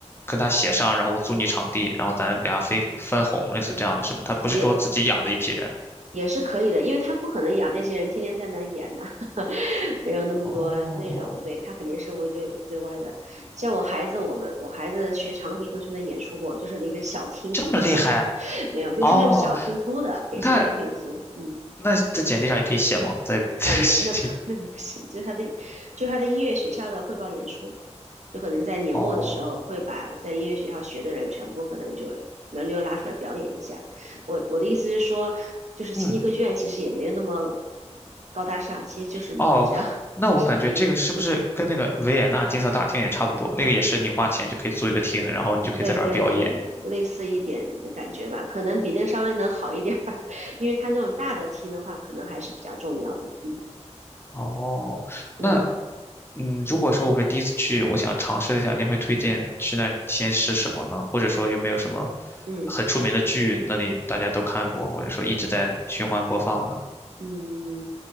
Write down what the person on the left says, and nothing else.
跟他协商，然后我租你场地，然后咱俩分分红，类似这样的是吗？他不是说自己养的一批人。
哦，
这么厉害
哦，
那
那在简历上也可以写吗？在 <laughs>
哦，
嗯，
哦，那我感觉这个是不是跟那个维也纳金色大厅也差不多？
那个也是你花钱就可以租一个厅，然后你就可以在那儿表演。
哦，
那嗯，如果说我是第一次去，我想尝试一下，您会推荐去那儿先吃什么呢？或者说有没有什么
很出名的剧，那里大家都看过，或者说一直在循环播放的？